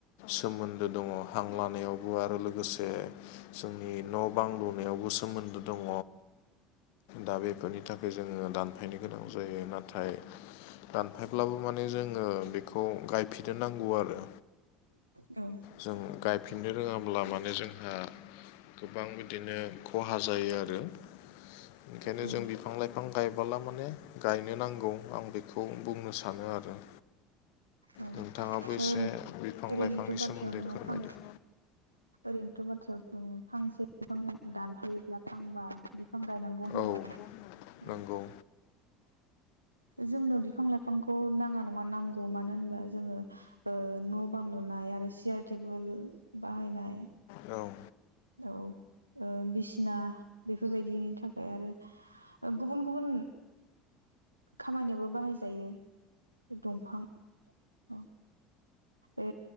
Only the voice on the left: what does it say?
सोमोन्दो दङ हां लानायावबो आरो लोगोसे जोंनि न' बां लुनायावबो सोमोन्दो दङ। दा बेफोरनि थाखाय जोङो दानफायनो गोनां जायो नाथाय दानफायब्लाबो माने जोङो बेखौ गायफिनो नांगौ आरो।
जों गायफिननो रोङाब्ला माने जोंहा गोबां बिदिनो खहा जायो आरो। ओंखायनो
जों बिफां लाइफां गायबोला माने गाय <unintelligible> नांगौ आं बेखौ बुंनो सानो आरो
नोंथाङाबो एसे
बिफां
लाइफांनि
सोमोन्दै
फोरमायदों।
औ नंगौ
औ।